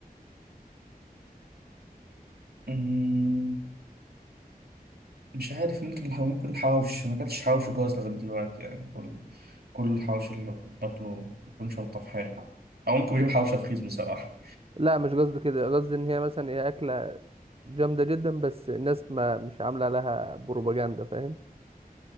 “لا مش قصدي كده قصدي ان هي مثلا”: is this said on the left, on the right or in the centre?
Right